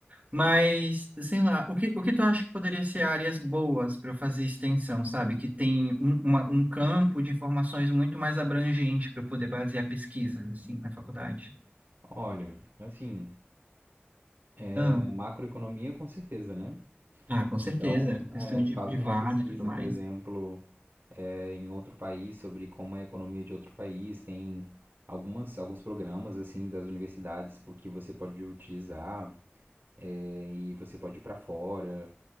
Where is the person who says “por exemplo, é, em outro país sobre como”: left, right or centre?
Right